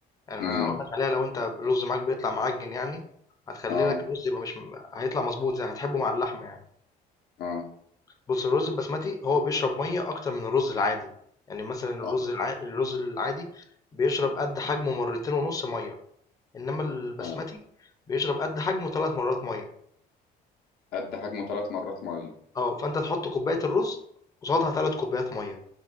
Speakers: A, on the left; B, on the left.
A: أنا
B: امم
A: هاقول لك عليها لو أنت الرُز معاك بيطلع معجِّن يعني، هتخلّي
B: اه
A: لك الرُز يبقى مش م هيطلع مضبوط زي هتحبه مع اللحمة يعني.
B: اه
A: بُص، الرز البسمتي هو بيشرب مَيّة أكتر من الرز العادي، يعني مثلًا الرز
B: صح
A: الع الرز العادي بيشرب قد حجمه مرتين ونُص مَيّة، إنّما البسمتي
B: آه.
A: بيشرب قد حجمه 3 مرّات مَيّة،
B: قد حجمه ثلاث مرات ميه
A: آه، فأنت تحُط كوباية الرز قصادها 3 كوبايات مَيّة،